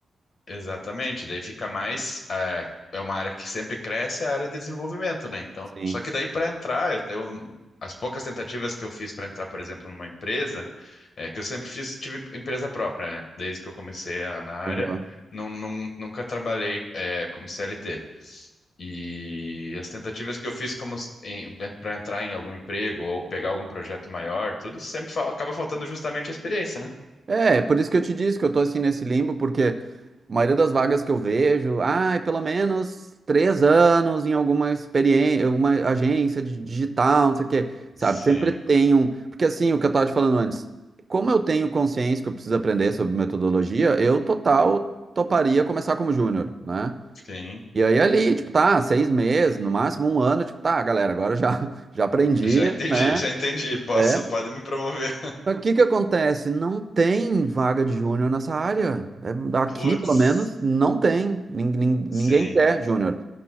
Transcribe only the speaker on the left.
Exatamente, daí fica mais. É, é uma área que sempre cresce, é a área de desenvolvimento, né? Então,
só que daí para entrar, eu, eu- as poucas tentativas que eu fiz para entrar, por exemplo, numa empresa, é, que eu sempre fiz, tive empresa própria, né? Desde que eu comecei a- na área,
não, não- nunca trabalhei é, como CLT. E as tentativas que eu fiz como para entrar em algum emprego ou pegar algum projeto maior, tudo sempre fal- acaba faltando justamente a experiência, né?
Sim,
sim.
Já entendi,
já entendi. Posso,
pode me promover.
<laughs> Putz,
sim.